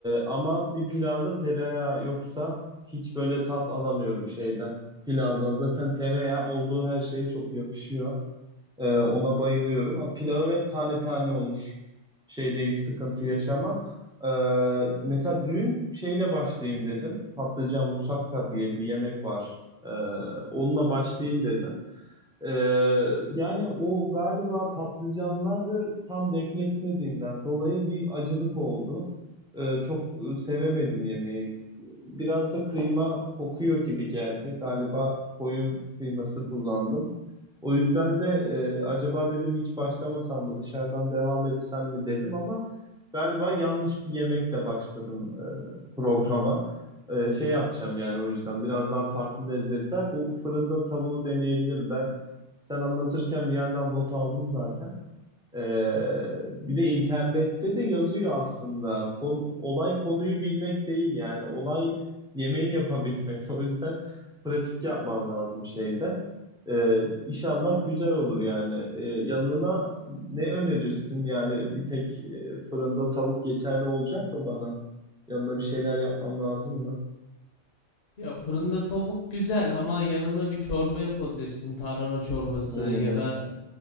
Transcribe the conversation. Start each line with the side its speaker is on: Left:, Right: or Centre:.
Centre: ama bir pilavda tereyağı yoksa hiç böyle tat alamıyorum şeyden. Pilavdan zaten tereyağı olduğu her şeye çok yakışıyor. Ee, ona bayılıyorum. Ama Pilavım hep tane tane olur. Şeyde hiç sıkıntı yaşamam. Ee, mesela dün şeyle başlayayım dedim. Patlıcan musakka diye bir yemek var. Ee, onunla başlayayım dedim. Ee, yani o galiba patlıcanları tam bekletmediğimden dolayı bir acılık oldu. Ee, çok e, sevemedim yemeği. Biraz da kıyma kokuyor gibi geldi. Galiba koyun kıyması kullandım. O yüzden de e, acaba dedim hiç başlamasam mı dışarıdan devam etsem mi dedim ama galiba yanlış bir yemekle başladım e, programa. E, şey yapacağım yani o yüzden biraz daha farklı lezzetler. Bu fırında tavuğu deneyebilirim. Ben sen anlatırken bir yandan not aldım zaten. Ee, bir de internette de yazıyor aslında. Kon- olay konuyu bilmek değil yani. Olay yemeği yapabilmek. <laughs> O yüzden pratik yapman lazım şeyde. Ee, inşallah güzel olur yani. Ee, yanına ne önerirsin? Yani bir tek e, fırında tavuk yeterli olacak mı bana? Yanına bir şeyler yapmam lazım mı?
Left: Ya fırında tavuk güzel ama yanına bir çorba yapabilirsin. Tarhana çorbası
Centre: Hmm,
Left: ya da